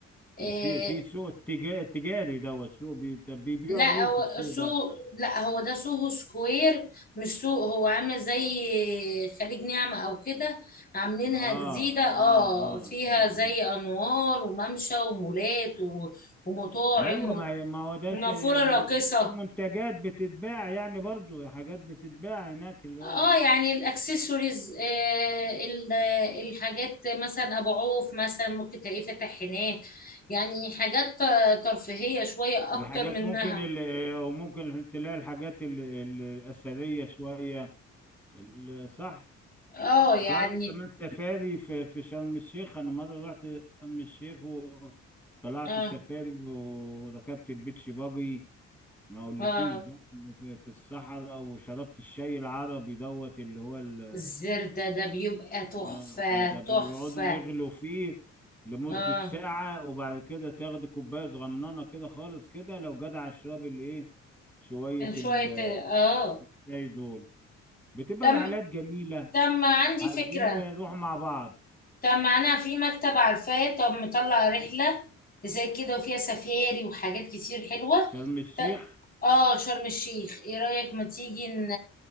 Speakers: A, in the centre; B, on the left.
A: مش
B: آه،
A: في في سوق تجا- تجاري دوت سوق بي... طب بيبيعوا
B: لا
A: ايه
B: هو
A: في السوق
B: سوق
A: ده
B: لا هو ده سوهو سكوير مش سوق هو عامل زي خليج نعمة او كده عاملينها
A: اه
B: جديدة اه
A: اه اه آه،
B: فيها زي
A: آه.
B: انوار وممشى ومولات و- ومطاعم
A: ما ايوه ما هي ما هو ده
B: ونافورة
A: س- بي-
B: راقصة
A: في منتجات بتتباع يعني برضو حاجات بتتباع هناك اللي
B: اه
A: هو ال-
B: يعني الاكسسوارز آه ال- الحاجات مثلا ابو عوف مثلا ممكن تلاقيه فاتح هناك يعني حاجات ت- ترفيهية شوية اكتر
A: الحاجات
B: منها
A: ممكن ال- وممكن تلاقي الحاجات ال- ال- الأثرية شوية ال- صح
B: اه يعني
A: طلعت كمان سفاري في في شرم الشيخ انا مرة رحت شرم الشيخ وطلعت
B: اه
A: سفاري وركبت البيتش باجي ما اقولكيش
B: اه
A: بقى في في الصحراء وشربت الشاي العربي دوت اللي هو ال
B: الزردة ده بيبقى تحفة
A: يا ده ده
B: تحفة
A: بيقعدوا يغلوا فيه لمدة
B: اه
A: ساعة وبعد كده تاخدي كوباية صغننة كده خالص كده لو جدع اشربي الايه شوية
B: كان شوية
A: ال-
B: اه
A: الشاي دول بتبقى
B: تم
A: رحلات جميلة
B: تم عندي
A: عايزين
B: فكرة
A: نروح مع بعض
B: تم أنا في مكتب عارفاه طب مطلع رحلة زي كده وفيها سفاري وحاجات كتير حلوة
A: شرم الشيخ
B: ت- اه شرم الشيخ ايه رأيك ما تيجي ن-